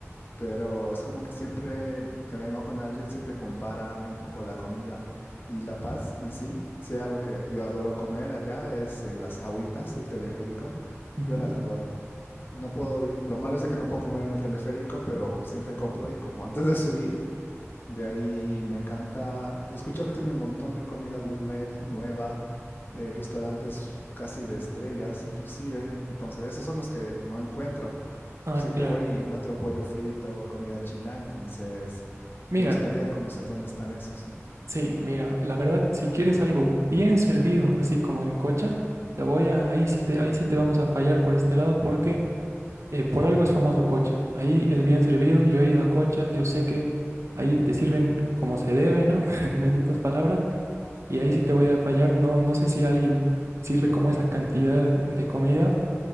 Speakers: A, on the left; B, on the right.
A: pero es como que siempre que vengo con alguien, siempre comparan un poco la comida y La Paz en sí. Sea lo que yo adoro comer allá es eh, las jawitas del teleférico.
B: Ujú.
A: Yo las adoro. No puedo, vi- lo malo es de que no puedo comer en el teleférico, pero siempre compro y como antes de subir. De ahí me encanta, escuché que tiene un montón de comida gourmet nueva, eh, restaurantes casi de estrellas inclusive. Entonces, esos son los que no encuentro.
B: Ah,
A: Siempre
B: claro.
A: voy y encuentro pollo frito, comida china, entonces
B: Mira.
A: me gustaría conocer dónde están esos.
B: Sí, mira, la verdad, si quieres algo bien servido, así como en Cocha, te voy a, ahí sí te, ahí sí te vamos a fallar por este lado porque eh, por algo es famoso Cocha. Ahí es bien servido, yo he ido a Cocha, yo sé que ahí te sirven como se debe, ¿no? <laughs> En otras palabras, y ahí sí te voy a fallar, no, no sé si alguien sirve como esa cantidad de comida.